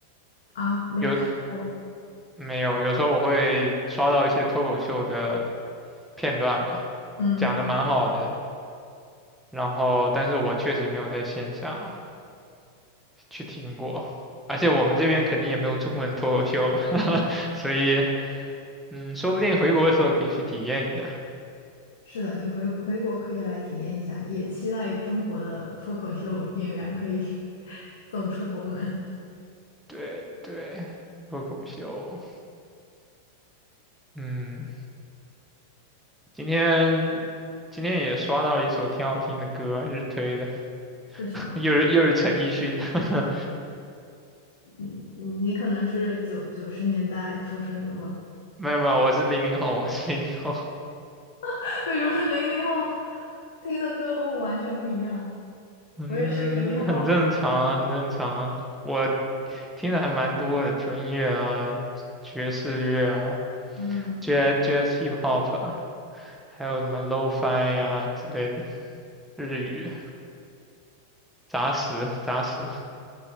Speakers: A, on the left (about 60°); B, in the centre.
A: 啊，没看过。
B: 有没有？有时候我会刷到一些脱口秀的片段吧，
A: 嗯。
B: 讲的蛮好的，然后但是我确实没有在线下去听过，而且我们这边肯定也没有中文脱口秀嘛，<laughs> 所以嗯，说不定回国的时候可以去体验一下。
A: 是的，你回回国可以来体验一下，也期待中国的脱口秀演员可以 <laughs> 走出国门。
B: 对对，脱口秀，嗯，今天今天也刷到了一首挺好听的歌，日推的，
A: 是什么？
B: <laughs> 又是又是陈奕迅的，
A: 嗯，你你可能是九九十年代出生的吧？
B: <laughs> 没有没有，我是零零后，我是零零后，
A: <laughs> 为什么零零后听的歌和我完全不一样？
B: 嗯，
A: 我也是零零后。
B: 很正常啊，
A: <laughs>
B: 很正常啊，我听的还蛮多的，纯音乐啊，爵士乐啊。
A: 嗯
B: jazz jazz hip hop，啊还有什么 lo-fi 呀之类的日语杂食杂食。